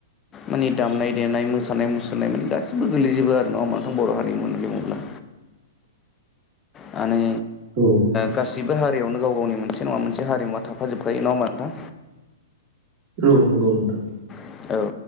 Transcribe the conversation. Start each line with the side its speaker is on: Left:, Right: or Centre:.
Left: माने दामनाय देनाय, मोसानाय मुसुरनाय माने गासिबो गोलैजोबो आरो नङा होनबा नोंथां बर' हारिमु बुङोब्ला
Right: <inaudible>
Left: माने
Right: औ
Left: गासिबो हारियावनो गाव गावनि मोनसे नङा मोनसे हारिमुवा थाब फाजोबखायो नङा होमबा नोंथां
Right: औ नोंगौ नोंथां
Left: औ